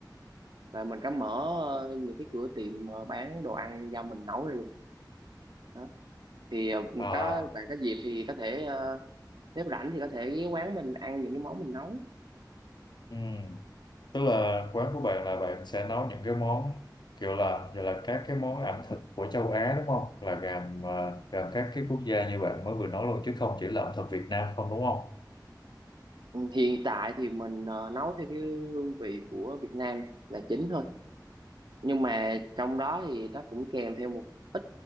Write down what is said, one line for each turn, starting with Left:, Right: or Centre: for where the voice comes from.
Right: và mình có mở ờ, những cái cửa tiệm ờ, bán đồ ăn do mình nấu ra luôn đó thì ờ,
Left: Ờ,
Right: có bạn có dịp thì có thể ờ, nếu rảnh thì có thể ghé quán mình ăn những cái món mình nấu
Left: ừm. Tức là quán của bạn là bạn sẽ nấu những cái món kiểu là giờ là các cái món ẩm thực của châu Á đúng không? Là gồm à, gồm các cái quốc gia như bạn mới vừa nói luôn chứ không chỉ là ẩm thực Việt Nam không đúng không?
Right: Ừ, hiện tại thì mình ờ, nấu theo cái hương vị của Việt Nam là chính thôi nhưng mà trong đó thì nó cũng kèm theo một ít